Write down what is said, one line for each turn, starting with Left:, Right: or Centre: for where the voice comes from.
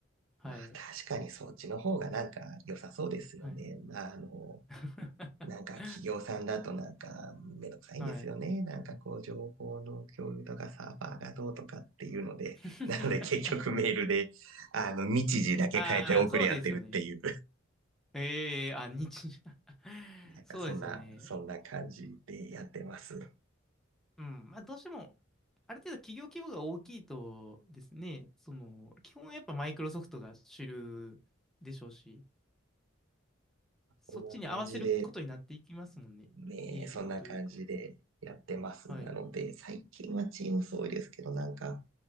Centre: はい。
Right: まあ確かにそっちの方がなんか良さそうですよね。
Centre: はい。
Right: まああの、
Centre: <laughs>
Right: なんか企業さんだとなんかめんどくさいんですよね。
Centre: はい。
Right: なんかこう情報の共有とかサーバーがどうとかっていうので、
Centre: <laughs>
Right: なので結局メールで、あの日時だけ変えて送り合ってるっていう、
Centre: ああ、そうですよね。ええあ、日、<laughs>
Right: なんかそんな、
Centre: そうですよね。
Right: そんな感じでやってます。
Centre: うん、まあどうしても、ある程度企業規模が大きいとですね、その、基本やっぱマイクロソフトが主流でしょうし、そっちに合わせることになっていきますもんね。
Right: こんな感じで、ね、
Centre: 営業というか。
Right: そんな感じでやってます。
Centre: はい。
Right: なので、最近はチーム m s 多いですけど、なんか、